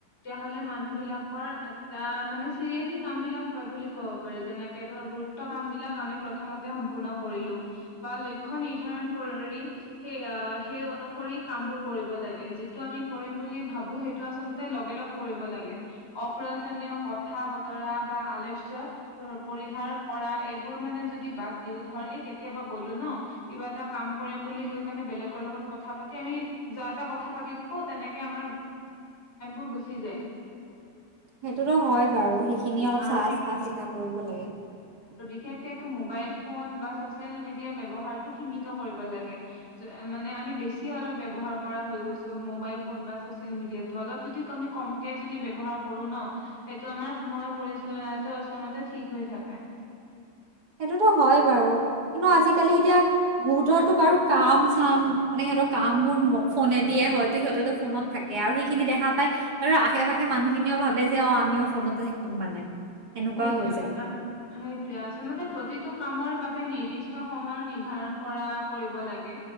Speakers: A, on the left; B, on the right.
A: হয় বিলাকৰ এটা মানে চিৰিয়েলি কাম বিলাক হয় বুলি ক'ব পাৰি যেনেকে ধৰ গুৰুত্ব কাম বিলাক প্ৰথমতে সম্পূৰ্ণ কৰিলো বা লক্ষ্য নিৰ্ধাৰণ কৰি সেই সেই অনুস কাম বোৰ কৰিব লাগে যিটো আমি কৰিম বুলি ভাবো সেইটো আচলতে লগে লগ কৰিব লাগে অপ্ৰয়োজনীয় কথা বতৰা বা আলস্য পৰিহাৰ কৰা এইবোৰ মানে যদি বাদ দিও ধৰ এই কেতিয়াবা গ'লো ন কিবা এটা কাম কৰিম বুলি বেলেগ তেওঁলোকৰ লগত কথা পাতি আমি যা তা থাকো পাতি থাকো তেনেকে গ <unintelligible>
B: সেইটোতো হয় বাৰু সেইখিনি অলপ
A: আৰু
B: চাই
A: বি
B: চা চিতা কৰিব লাগে <unintelligible>
A: বিশেষকো মোবাইল ফোন বা চচিয়েল মিডিয়াৰ ব্যৱহাৰটো সীমিত কৰিব লাগে মানে আমি বেছি অলপ ব্যৱহাৰ কৰা হৈ গৈছো মোবাইল ফোন বা ছ'চিয়েল মিডিয়াটো অলপ যদি আমি কমকে যদি ব্যৱহাৰ কৰো ন সেইটো আমাৰ সময় পৰিচালনাটো আচলতে ঠিক হৈ থাকে <unintelligible>
B: সেইটোতো হয় বাৰু কিন্তু আজিকালি এতিয়া ভহুতটো বাৰু কাম চাম মানে সহঁৰ কাম বোৰ ফোনে দিয়ে হয়তো সিহঁতেতো ফোনত থাকে আৰু সেইখিনি দেখা পায় আৰু আশে পাশে মানুহ সখিনিও ভাবে যে অঁ আমিও ফোনতে থাকিম মানে <unintelligible> সেনেকুৱা
A: সেইটোৱে
B: হৈ যায়
A: সেইটোৱে আছে মতে প্ৰতি এইটো কামৰ বাবে নিৰ্দিষ্ট সময় নিৰ্ধাৰণ কৰা কৰিব লাগে